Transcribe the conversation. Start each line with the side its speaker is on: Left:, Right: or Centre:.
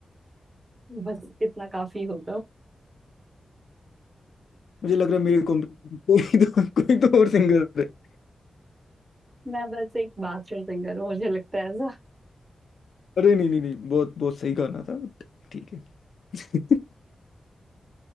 Right: बस इतना काफी होगा
Left: मुझे लग रहा है मेरे को कोई <laughs> तो कोई तो और सिंगर है
Right: <laughs> मैं बस एक बाथरूम सिंगर हूँ मुझे लगता है ऐसा
Left: अरे नहीं नहीं नहीं बहुत बहुत सही गाना था but ठीक है <laughs>